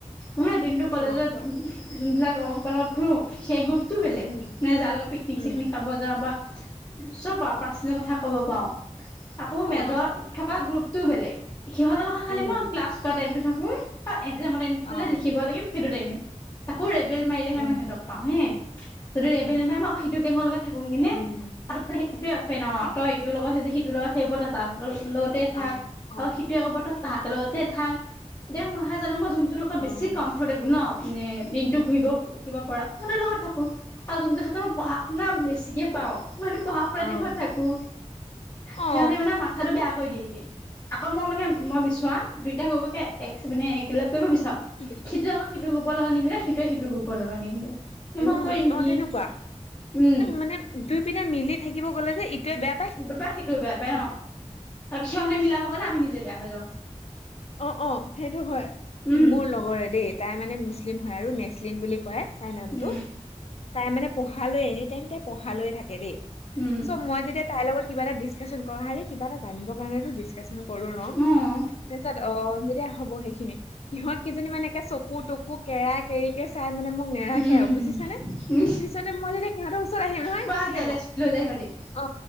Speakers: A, on the left; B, on the left.
A: মানে দিনটো কলেজত
B: অ কোৱা
A: যোনবিলাক লগৰ সোপাৰ লগত ঘূৰো সেই গ্ৰুপতটোও বেলেগ
B: উম
A: মানে যাৰ লগত পিকনিক-চিকনিক
B: উম
A: খাব যাওঁ বা চব পা পাৰ্চনেল কথা ক'ব পাৰোঁ আকৌ
B: অ
A: মেজৰ থকা গ্ৰুপটোও বেলেগ। সিহঁতৰ লগত খালি
B: উম
A: মই ক্লাছ কৰা টাইমতো থাকোঁ বা এক্সামৰ টাইমটোত
B: অ
A: যে লিখিব লাগে সেইটো টাইমে, তাকো ৰেবেল মাৰিলেহে
B: উম
A: মই সিহঁতক পাওঁ হে, যদি ৰেবেল নামাৰে মই সিটো গেঙৰ লগত থাকোং কেনে
B: উম
A: সিহঁতৰ সেইটোৱে অফেন আও তই ইটোৰ লগত দি সিটোৰ লগত ইটোৱে কব তাহাঁতৰ লগতে থাক
B: অ অ অ
A: আৰু সিটোৱে কব তই তাহাঁতৰ লগতে থাক। এতিয়া মইহে জানোঁ মই যোনটো লগত বেছি
B: অ অ
A: কমফৰটেবুল ন মানে দি নটো ঘূৰিব কিবা পৰা সিহঁতৰ লগত থাকোঁ। আৰু যোনটো ক্ষেতত মই পঢ়া-শুনা বেছিকে পাও, মই সেইটো পঢ়া-শুনা
B: অ
A: টাইমত থাকো। সিহঁতি
B: অ
A: মানে মাথাটো বেয়া কৰি দিয়েগে আকৌ মই মানে মই বিচৰাত দুইটা হৈ এ এক্স মানে একেলগ কৰিব বিচাৰো,
B: উম
A: সেইটো আকৌ সিটো গ্ৰোপৰ লগত নিমিলে সিটোৱে সিটো গ্ৰোপৰ লগত নিমিলে। মই
B: উম
A: কৰিম
B: অ
A: কি
B: তেনেকুৱা।
A: উম
B: মানে দুই পিনে মিলি থাকিব গলে যে ইটোৱে বেয়া
A: বেয়া পায় সিতোৱে বেয়া পায়, অ আৰু সিহঁতে মিলাব
B: মানে
A: গলে আমি নিজে বেয়া হৈ যাওঁ।
B: অ অ সেইটো হয়।
A: উম,
B: মোৰ লগৰে দেই তাই মানে মুছলিম হয় আৰু নেচলিন বুলি কয় তাই নামটো।
A: উম,
B: তাই মানে পঢ়ালৈ এনি টাইম তাই পঢ়ালৈয়ে থাকে দেই।
A: উম,
B: চ' মই তেতিয়া তাইৰ লগত কিবা এটা ডিচকাচন কৰোঁ। হাৰে কিবা এটা জানিবৰ কাৰণেটো ডিচকাচন কৰোঁ ন!
A: উম,
B: তাৰপিছত অ যেতিয়া হ'ব সেইখিনি সিহঁত কেইজনী মানে একে চকু-তকু কেৰা কেৰিকে চাই মানে মোক নেৰাখে
A: উম।
B: আৰু বুজিছানে?
A: উম,
B: পিছতে মই যেতিয়া সিহঁতৰ ওচৰত আহিম নহয়,
A: পুৰা
B: সিহতে
A: জেলেছ
B: কি কব
A: <unintelligible>
B: অ,